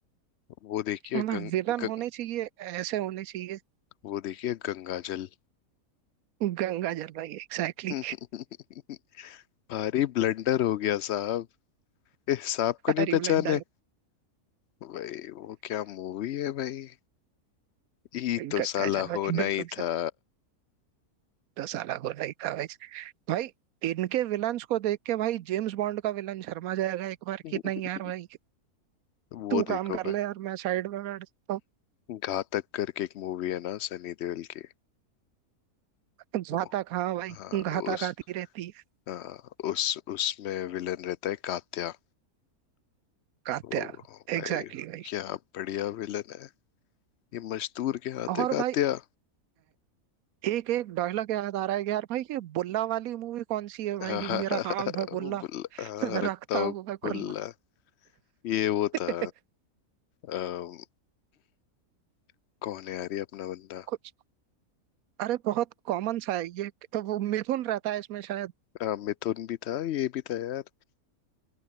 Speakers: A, on the left (about 70°); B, on the right (about 70°).
A: वो देखिए
B: मतलब
A: गंग,
B: विलन
A: गंग
B: होने चाहिए ऐसे होने चाहिए
A: वो देखिए गंगा जल
B: गंगा जल भाई एग्जैक्टली
A: <laughs> भारी ब्लंडर हो गया साहब इस साहब को नहीं
B: हरी ब्लडर
A: पहचाने
B: हो।
A: भाई वो क्या मूवी है भाई ये
B: गंगा
A: तो साला
B: जल भाई
A: होना
B: बिल्कुल
A: ही था
B: सर तो साला बोला ही था भाई भाई इनके विलन्स को देख के भाई जेम्स बॉन्ड का विलन शर्मा जाएगा एक बार
A: <laughs>
B: कि नहीं यार भाई
A: वो
B: तू
A: देखो
B: काम कर
A: भाई
B: ले यार मैं साइड में बैठ जाता
A: घातक करके एक मूवी है ना सनी देओल की
B: हूँ घातक
A: वो
B: हाँ भाई
A: हाँ
B: घातक
A: उस
B: आती रहती है
A: हाँ, उस उसमें विलन रहता है कात्या
B: कात्या
A: ओ
B: एग्जैक्टली
A: भाई क्या बढ़िया विलन है ये मजदूर के हाथ
B: और
A: है कात्या
B: भाई एक एक डायलॉग याद आ रहा है कि यार भाई ये बुल्ला वाली मूवी कौन सी है
A: <laughs>
B: भाई मेरा नाम है बुल्ला
A: बुल्ला
B: <laughs>
A: हाँ,
B: रखता
A: रखता हूँ
B: हूँ मैं
A: बुल्ला
B: खुल्ला
A: ये वो
B: <laughs>
A: था अम, <clears throat> कौन है यार ये अपना बंदा
B: कुछ अरे बहुत कॉमन सा है ये तो वो मिथुन रहता है इसमें शायद
A: अ, मिथुन भी था ये भी था यार